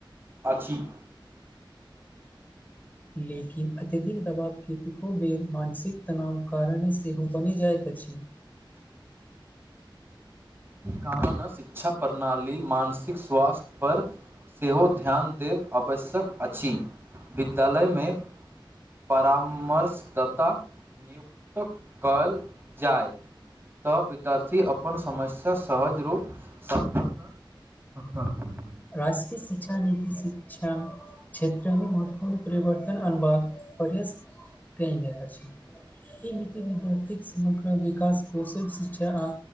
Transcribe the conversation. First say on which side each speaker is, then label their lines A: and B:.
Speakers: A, on the right; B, on the left.
A: अछि
B: लेकिन अत्यधिक दबाव कतेको बेर मानसिक तनाव कारणे सेहो बनि जाय त <inaudible>
A: कारण शिक्षा प्रणाली मानसिक स्वास्थ्य पर सेहो ध्यान देब आवश्यक अछि विद्यालयमे परामर्शदता नियुक्त कयल जाय तऽ विद्यार्थी अपन समस्या सहज रूप समाधन <unintelligible> कर स
B: राष्ट्रीय शिक्षा नीति शिक्षा क्षेत्रमे महत्वपूर्ण परिवर्तन अनबाक अर पडक छै <unintelligible> ई नीति विद्यार्थ समग्र विकास कौशल सिछ आ